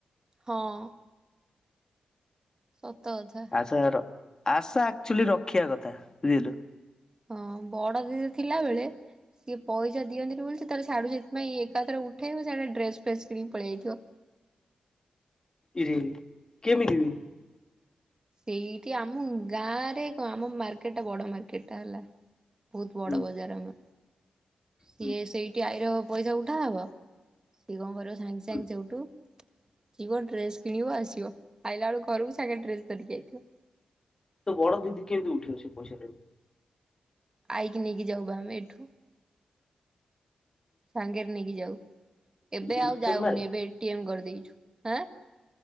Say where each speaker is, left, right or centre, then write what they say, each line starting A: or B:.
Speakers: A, on the right (about 30°); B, on the left (about 30°).
A: ହଁ। ସତ କଥା
B: ଆଶାର ଆଶା ଆକ୍ଚୁଆଲି ରଖିବା କଥା ବୁଝିଲୁ।
A: ହଁ ବଡ ଦିଦି ଥିଲା ବେଳେ ସିଏ ପଇସା ଦିଅନ୍ତିି ନି ବୋଲି ସେ ତା ତାର ସିଆଡୁସେଥିପାଇଁ ଏକାଥରେ ଉଠାଇବ ସିଆଡେ ଡ୍ରେସ୍ ଫ୍ରେସ୍ କିଣିକି ପଳେଇଆସିଥିବ।
B: ଇରେ କେମିତିବି
A: ଏଇଠି ଆମ ଗାଁରେ, କଣ ଆମ ମାର୍କେଟା ବଡ ମାର୍କେଟା ହେଲା। ବୋହୁତ ବଡ଼
B: ହୁଁ
A: ବଜାର ଆମର। ସିଏ
B: ହୁଁ
A: ସେଇଠି ଆଇ ର ପଇସା ଉଠାହବ। ସିଏ କଣ କରିବ ସାଙ୍ଗେ-ସାଙ୍ଗେ
B: ହୁଁ
A: ସେଉଠୁ ଯିବ ଡ୍ରେସ୍ କିଣିବ ଆସିବ। ଆଇଲା ବେଳକୁ ଘରକୁୁ ସାଙ୍ଗ ରେ ଡ୍ରେସ ଧରିକି ଆଇଥିବ।
B: ତୋ ବଡ ଦିଦିି କେମିତି ଉଠିବ ସେ ପଇସା ଟାକୁ?
A: ଆଇ କି ନେଇକି ଯାଉ ପା ଆମେ ଏଠୁ। ସାଙ୍ଗରେ ନେଇକି ଯାଉ। ଏବେ
B: ସିଗ୍ନେଚର
A: ଆଉ ଯାଉନି
B: ମାରେ
A: ଏବେ ଏ ଟି ଏମ୍ କରିଦେଇଛୁ ହାଁ।